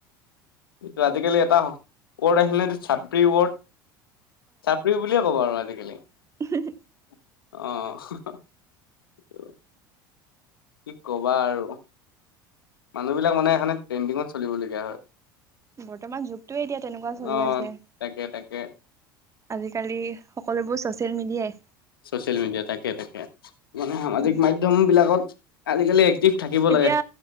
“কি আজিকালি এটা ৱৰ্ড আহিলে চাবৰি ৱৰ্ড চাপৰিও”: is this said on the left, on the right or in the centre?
Left